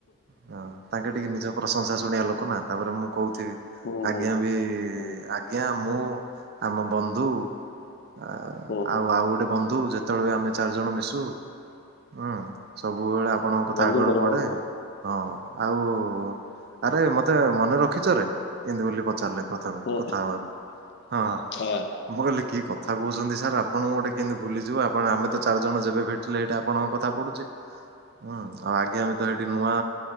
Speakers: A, on the right; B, on the left.
A: ହଁ ତାଙ୍କେ ଟିକେ ନିଜ ପ୍ରଶଂସା ଶୁଣିବା ଲୋକ ନା ତାପରେ ମୁଁ କହୁଥିବି
B: ହୁଁ
A: ଆଜ୍ଞା
B: ହୁଁ
A: ବି <unintelligible>
B: ହୁଁ
A: ଆଜ୍ଞା ମୁଁ ଆମ ବନ୍ଧୁ ଆଉ
B: ହୁଁ
A: ଆଉ ଆଉ ଗୋଟେ ବ ବନ୍ଧୁ ଯେତେବେଳେ ବି ଆମେ ଚାରି ଜଣ ମିଶୁ ହୁଁ ସବୁବେଳେ ଆପଣଙ୍କ କଥା
B: ବନ୍ଧୁଙ୍କର
A: ଆଗଡ଼ ପଡ଼େ
B: ବନ୍ଧୁ
A: ହଁ ଆଉ ଆରେ ମତେ ମନେ ରଖିଛ ରେ ଏମିତି ବୋଲି ପଚାରିଲେ। ପ୍ରଥମେ
B: ହୁଁ
A: କଥା ହେବାରୁ ହଁଁ।
B: ଆ
A: ମୁଁ କହିଲି କି କଥା କହୁଛନ୍ତି ସାର୍ ଆପଣଙ୍କୁ ଗୋଟେ କେମିତି ଭୁଲିଯିବୁ ଆପଣ ଆମେ ତ ଚାରି ଜଣ ଯେବେ ଭେଟ ଲେଟ୍ ଆପଣଙ୍କ କଥା ପଡୁଛି। ହୁଁ ଆଉ ଆଜ୍ଞା ବି ତ ଏଇଠି ନୂଆ